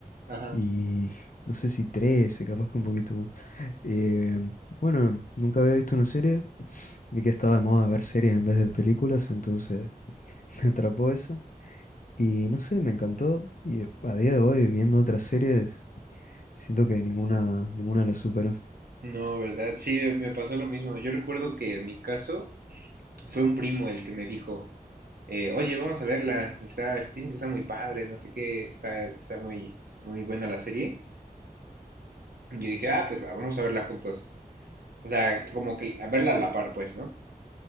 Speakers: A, on the right; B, on the left.
A: Ajá.
B: y no sé si trece capaz que un poquito más. Eh, bueno, nunca había visto una serie, vi que estaba de moda ver series en vez de películas, entonces <laughs> me atrapó eso y no sé, me encantó y de- a día de hoy viendo otras series siento que ninguna, ninguna la superó.
A: No, ¿verdad? Sí, me me pasó lo mismo. Yo recuerdo que en mi caso. fue un primo el que me dijo, eh, oye, vamos a verla, está, dicen que está muy padre, no sé qué, está, está muy, muy buena la serie. Y yo dije, ah, pues va, vamos a verla juntos. O sea, como que a verla a la par, pues, ¿no?